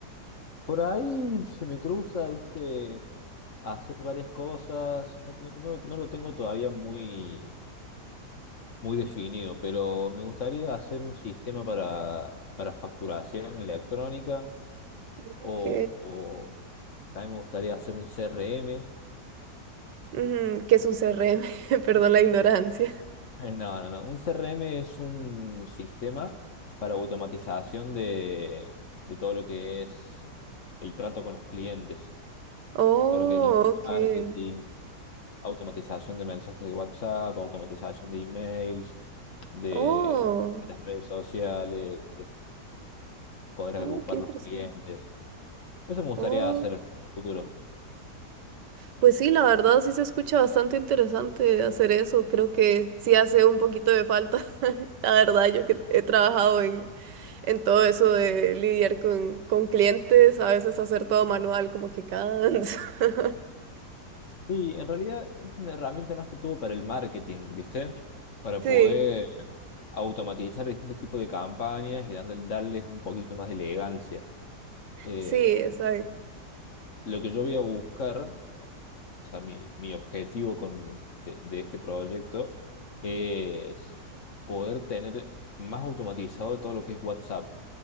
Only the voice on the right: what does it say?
Ok.
Ujú, ¿Qué es un CRM? <laughs> Perdón la ignorancia.
Oh,
ok.
Oh,
oh, qué interesante.
Oh,
pues sí, la verdad sí se escucha bastante interesante hacer eso. Creo que sí hace un poquito de falta. <laughs> La verdad, yo que he trabajado en, en todo eso de lidiar con, con clientes, a veces hacer todo manual, como que cansa. <laughs>
Sí,
sí, exacto.